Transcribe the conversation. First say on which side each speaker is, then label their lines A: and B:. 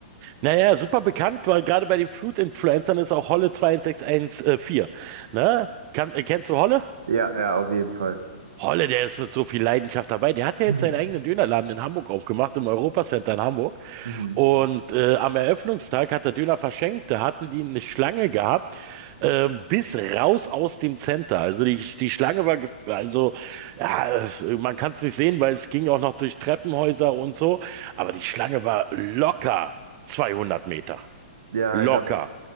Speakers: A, on the right (about 40°); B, on the right (about 70°).
A: Naja, super bekannt, weil gerade bei den Flutinfluencern ist auch Holle 2614. Ne? Kann, äh, kennst du Holle?
B: Ja, ja, auf jeden Fall. <laughs>
A: Holle, der ist mit so viel Leidenschaft dabei. Der hat ja
B: Mhm.
A: jetzt seinen eigenen Dönerladen in Hamburg aufgemacht, im Europacenter in Hamburg.
B: Mhm.
A: Und äh, am Eröffnungstag hat er Döner verschenkt. Da hatten die eine Schlange gehabt, ähm, bis raus aus dem Center. Also die, die Schlange war, gef- also ja, äh, man kann es nicht sehen, weil es ging auch noch durch Treppenhäuser und so. Aber die Schlange war locker 200 Meter.
B: Ja,
A: Locker.
B: ich hab,